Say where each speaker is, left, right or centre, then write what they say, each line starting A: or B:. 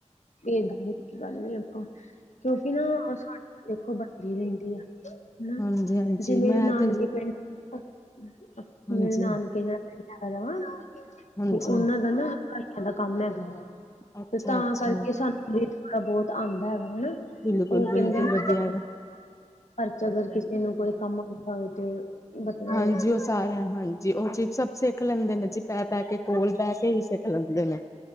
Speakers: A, on the left; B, on the left.
A: ਏਦਾਂ <unintelligible> ਨੀ ਆਪਾਂ ਕਿਉਂਕਿ ਨਾ ਸਾਡੇ ਦੇਖੋ ਬਨਦੀ ਰੇਂਦੀ ਐ ਹਨਾ
B: ਹਾਂਜੀ, ਹਾਂਜੀ
A: ਜੇ ਮੇਰੇ
B: ਮੈਂ
A: ਨਾਨਕੇ
B: ਤੇ ਜੀ
A: ਪਿੰਡ ਮੇਰੇ
B: ਹਾਂਜੀ,
A: ਨਾਨਕੇ ਜਾ ਰਵਾ
B: ਹਾਂਜੀ
A: ਤੇ ਓਨਾਂ ਦਾ ਆਈਆਂ ਦਾ ਕੰਮ ਹੈਗਾ ਵਾ।
B: ਅੱਛਾ,
A: ਤੇ ਤਾਂ
B: ਅੱਛਾ
A: ਕਰਕੇ ਸਾਨੂੰ ਵੀ ਥੋੜਾ ਬੋਤ ਆਂਦਾ ਹੈਗਾ ਨਾ
B: ਬਿਲਕੁਲ,
A: ਓ
B: ਬਿਲਕੁਲ
A: ਕੇਂਦੇ ਨਾ
B: ਵਧੀਆ ਗਾ।
A: ਘਰ ਚ ਅਗਰ ਕਿਸੇ ਨੂੰ ਕੋਈ ਕੰਮ ਆ ਆਵੇ ਤੇ ਮਤਲਬ
B: ਹਾਂਜੀ, ਓ ਸਾਰੇਆਂ ਹਾਂਜੀ ਓ ਚੀਜ਼ ਸਭ ਸਿੱਖ ਲੈਂਦੇ ਨੇ ਜੀ ਬੈ ਬੈ ਕੇ ਕੋਲ ਬੈ ਕੇ ਈ ਸਿੱਖ <unintelligible>